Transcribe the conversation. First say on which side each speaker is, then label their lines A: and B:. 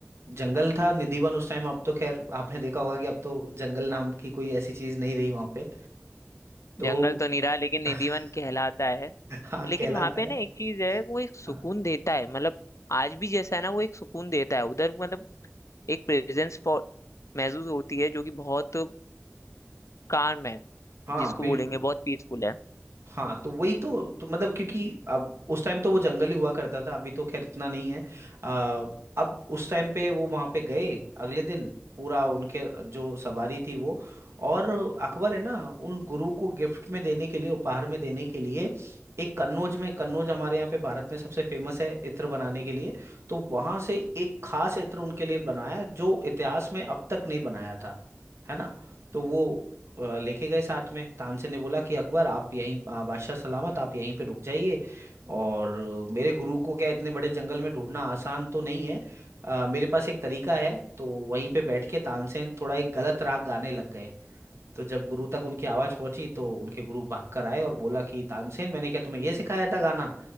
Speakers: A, on the right (about 65°); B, on the left (about 80°).
A: जंगल था निधिवन उस टाइम अब तो खैर आपने देखा होगा कि अब तो जंगल नाम की कोई ऐसी चीज नहीं रही वहां पे तो
B: जंगल तो नहीं रहा लेकिन निधि
A: <laughs>
B: वन कहलाता है
A: हाँ
B: लेकिन
A: कहलाता
B: वहां पे ना
A: है
B: एक चीज है वो एक सुकून
A: हाँ
B: देता है मतलब आज भी जैसा है ना वो एक सुकून देता है उधर मतलब एक प्रेजेंस महसूस होती है जो कि बहुत काम है
A: हाँ
B: जिसको
A: बिल्कुल
B: बोलेंगे बहुत पीसफुल है
A: हाँ तो वही तो, तो मतलब क्योंकि अब उस टाइम तो वो जंगल ही हुआ करता था अभी तो खैर इतना नहीं है आ, अब उस टाइम पे वो वहां पे गए अगले दिन पूरा उनके जो सवारी थी वो और अकबर है ना उन गुरु को गिफ्ट में देने के लिए उपहार में देने के लिए एक कन्नौज में कन्नौज हमारे यहाँ पे भारत में सबसे फेमस है इत्र बनाने के लिए तो वहां से एक खास इत्र उनके लिए बनाया जो इतिहास में अब तक नहीं बनाया था है ना तो वो अ, लेके गए साथ में तानसेन ने बोला कि अकबर आप यहीं अ, बादशाह सलामत आप यहीं पे रुक जाइए और मेरे गुरु को क्या इतने बड़े जंगल में ढूंढना आसान तो नहीं है अ, मेरे पास एक तरीका है तो वहीं पे बैठ के तानसेन थोड़ा एक गलत राग गाने लग गए तो जब गुरु तक उनकी आवाज पहुंची तो उनके गुरु भाग कर आए और बोला कि तानसेन मैंने क्या तुम्हें ये सिखाया था गाना